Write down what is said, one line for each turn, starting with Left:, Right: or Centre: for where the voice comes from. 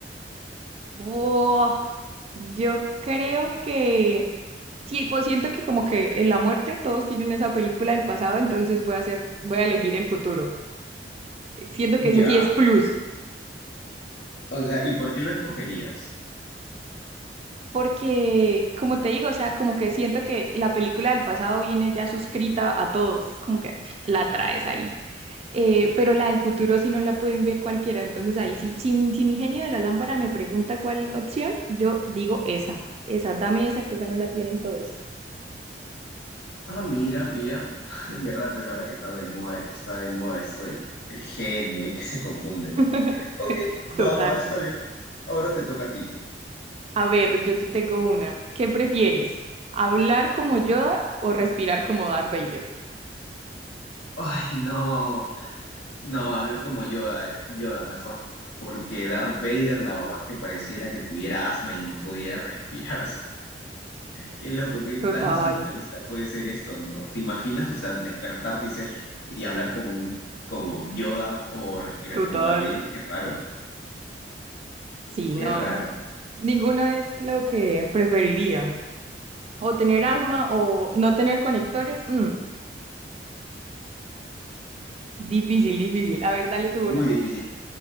Right: Oh, yo creo que sí, pues siento que como que en la muerte todos tienen esa película del pasado, entonces voy a hacer, voy a elegir el futuro. Eh, Siento que ese
Left: Ya,
Right: sí es plus,
Left: o sea, ¿y por qué lo escogerías?
Right: porque como te digo, o sea, como que siento que la película del pasado viene ya suscrita a todos, es como que <sniffs> la traes ahí. eh, pero la del futuro sí no la pueden ver cualquiera. Entonces ahí sí, si, si mi genio de la lámpara me pregunta cuál opción, yo digo esa, esa, dame esa, que esa no la tienen todos.
Left: Ah, mira, mira. <laughs> En verdad, pues ahora que está de moda, está de moda esto del, del genio y que se confunde.
Right: <laughs>
Left: Ok, va,
Right: Total.
Left: va, está bien. Ahora te toca a ti.
Right: A ver, yo te tengo una. ¿Qué prefieres? ¿Hablar como Yoda o respirar como Darth Vader?
Left: Ay, no, no, hablar como Yoda, eh, Yoda mejor, porque Darth Vader la verdad es que pareciera que tuviera asma y no pudiera <laughs> respirar, o sea, qué loco, qué
Right: Total,
Left: tan surrealista puede ser esto, ¿no? ¿Te imaginas, o sea, despertarte y ser y hablar como un- como Yoda o respirar
Right: total.
Left: como Darth Vader? Qué raro,
Right: Sí,
Left: qué
Right: no,
Left: raro.
Right: ninguno es lo que preferiría. O tener asma
Left: Mm,
Right: o no tener conectores. mm, difícil, difícil. A ver, dale tú
Left: muy
Right: una.
Left: difícil.